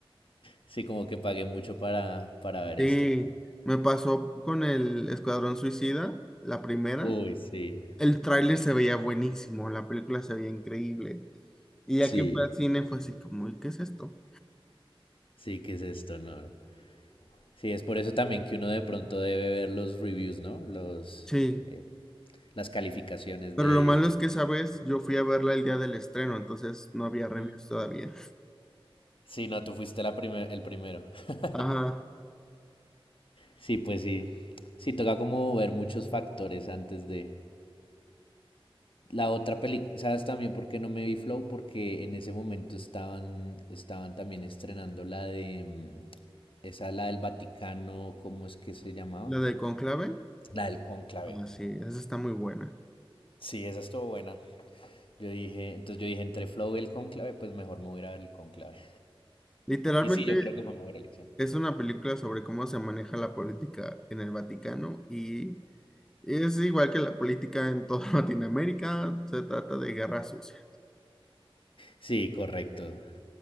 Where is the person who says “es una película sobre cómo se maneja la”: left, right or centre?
Centre